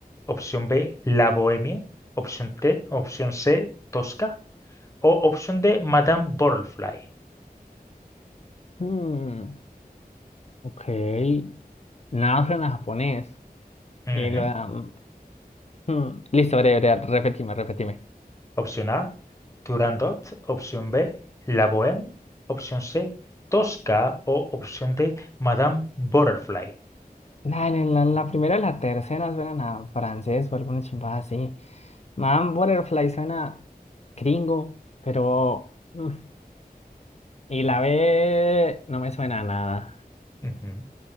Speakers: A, on the left (about 20°); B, on the left (about 45°).
A: Opción B, La Bohemia. Opción T, opción C, Tosca. O opción D, Madame Butterfly.
B: Mm, ok. Nada suena a japonés.
A: Ujú.
B: Y lo de... mm, Listo, breve, breve, repetime, repetime.
A: Opción A, Turandot. Opción B, La Bohème. Opción C, Tosca. O opción D, Madame Butterfly.
B: La, la, la primera y la tercera suenan a francés o alguna chimpada así. Man Butterfly suena gringo, pero... mm, Y la B no me suena a nada.
A: Ujú,